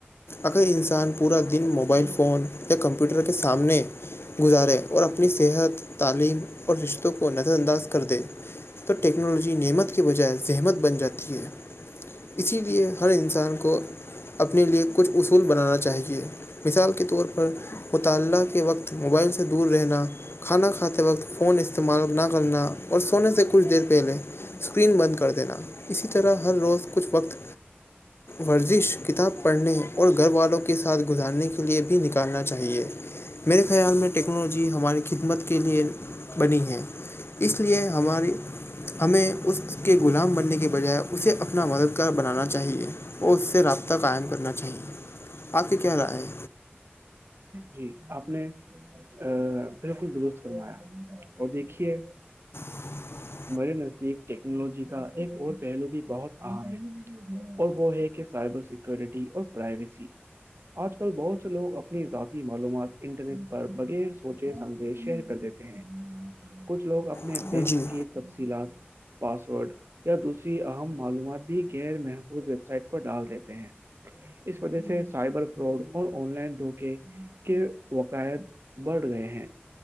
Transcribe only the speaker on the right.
جی آپ نے ا بالکل درست فرمایا اور دیکھیے
میرے نزدیک ٹیکنالوجی کا ایک اور پہلو بھی بہت عام ہے اور وہ ہے کہ سائبر سکورٹی اور پرائیویسی آج کل بہت سے لوگ اپنی ذاتی معلومات انٹرنیٹ پر بغیر سوچے سمجھے شیئر کر دیتے ہیں کچھ لوگ اپ اپنے
بینک
کے تفصیلات پاسورڈ یا دوسری اہم معلومات بھی غیر محفوظ ویب سائٹ پر ڈال دیتے ہیں اس وجہ سے سائبر فراڈ اور آن لائن دھوکے کے وقائد بڑھ گئے ہیں